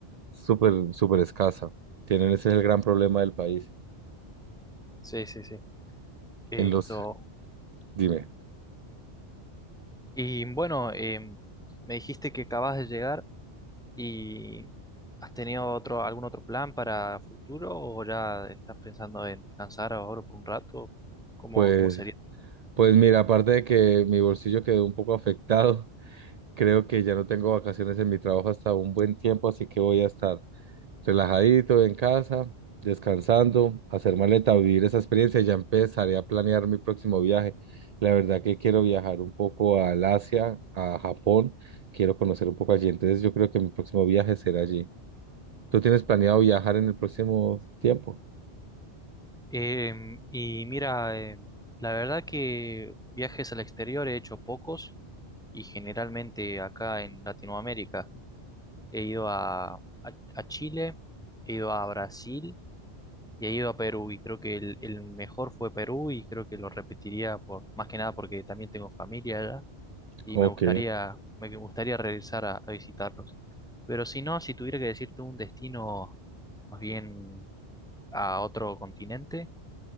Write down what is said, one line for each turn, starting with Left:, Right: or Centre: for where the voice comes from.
Right: súper, súper escasa. Tienen, ese es el gran problema del país.
Centre: Sí, sí, sí. Esto.
Right: En los Dime.
Centre: Y bueno, em, me dijiste que acabas de llegar y ¿has tenido otro, algún otro plan para futuro o ya estás pensando en descansar ahora por un rato? ¿Cómo,
Right: Pues,
Centre: cómo sería?
Right: pues mira, aparte de que mi bolsillo quedó un poco afectado, <laughs> creo que ya no tengo vacaciones en mi trabajo hasta un buen tiempo, así que voy a estar relajadito en casa, descansando, hacer maleta, vivir esa experiencia y ya empezaré a planear mi próximo viaje. La verdad que quiero viajar un poco al Asia, a Japón, quiero conocer un poco allí, entonces yo creo que mi próximo viaje será allí. ¿Tú tienes planeado viajar en el próximo tiempo?
Centre: Em, y mira, em, la verdad que viajes al exterior he hecho pocos y generalmente acá en Latinoamérica he ido a, a, a Chile, he ido a Brasil Y he ido a Perú y creo que el, el mejor fue Perú y creo que lo repetiría por, más que nada porque también tengo familia allá y
Right: Ok,
Centre: me gustaría, me gustaría regresar a, a visitarlos. Pero si no, si tuviera que decirte un destino más bien a otro continente,